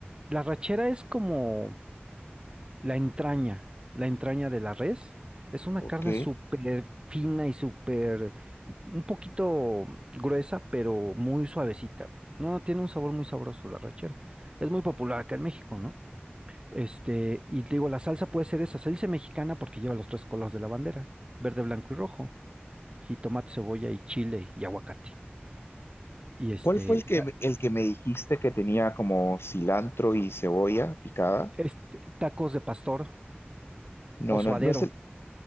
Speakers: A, on the right; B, on the left.
A: La arrachera es como La entraña, la entraña de la res, es una
B: Ok.
A: carne súper fina y súper, un poquito gruesa, pero muy suavecita. güey. No, tiene un sabor muy sabroso la rachera. Es muy popular acá en México, ¿no? Este, y te digo, la salsa puede ser esa, salsa mexicana porque lleva los tres colores de la bandera, verde, blanco y rojo, jitomate, cebolla y chile y aguacate. Y este,
B: ¿Cuál fue el que,
A: sa-
B: me- el que me dijiste que tenía como cilantro y cebolla picada?
A: este, tacos de pastor
B: No,
A: o suadero.
B: no, no es el